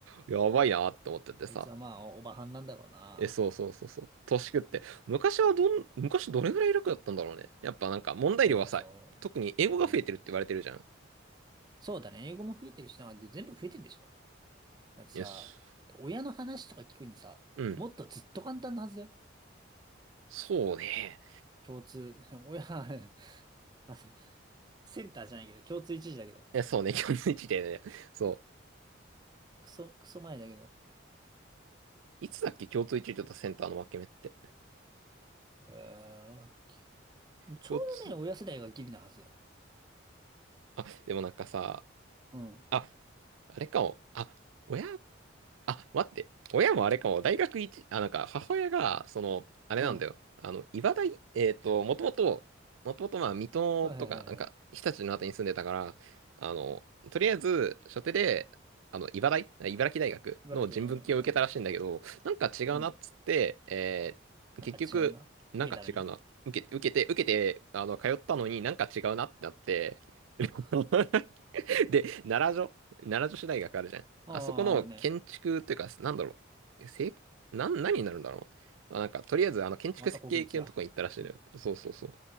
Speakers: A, on the right (about 85°); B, on the right (about 20°).
A: やばいなって思っててさ。
B: こいつはまあ、おばはんなんだろうな。
A: え、そうそうそうそう。年食って。昔はどん、昔どれぐらい楽だったんだろうね。やっぱなんか問題量はさ、
B: や、でもそ
A: 特に英語が増えてるって言われてるじゃん。
B: ううん。そうだね。英語も増えてるしな、全部増えてるでしょ。だってさ、
A: よし。
B: 親の話とか聞くにさ、
A: うん。
B: もっとずっと簡単なはずだよ。
A: そうね。
B: 共通、<laughs> 親、あの、センターじゃないけど、共通一時だけど。
A: いや、そうね、<laughs> 共通一でね。そ
B: クソ、クソ前だけど。
A: う。いつだっけ、共通一流とセンターの分け目って。
B: うーんちょうどね、
A: 共通、
B: 親世代がギリなはずだよ。
A: あ、でもなんかさ、
B: うん。
A: あ、あれかも。あ、親あ、待って。親もあれかも。大学一、あ、なんか、母親が、その、あれなんだよ。
B: うん。は
A: あの、茨大、えっと、もともと、もともと、まあ、水戸とか、
B: いはいはいはい。
A: なんか、日立のあたりに住んでたから、あの、とりあえず、初手で、あの、茨大、茨城大学の人文系を受けたらしいんだけど、
B: 茨城、うん、あるよ。
A: なんか違うなっつって、
B: うん。
A: えー結局、
B: なんか違うな。
A: なんか違うな。
B: 受けたらに。
A: 受け、受けて、受けて、あの、通ったのになんか違うなってなって、<laughs>
B: うん、あ
A: <laughs> で、奈良女、奈良女子大学あるじゃん。
B: あ、
A: あそこの建築っていうか、
B: あるね。
A: なんだろう。せ、なん、何になるんだろう。あ、なんか、とりあえず、あの、建築設計系のとこに行ったらしいのよ。
B: また国立だ。うん。
A: そうそうそう。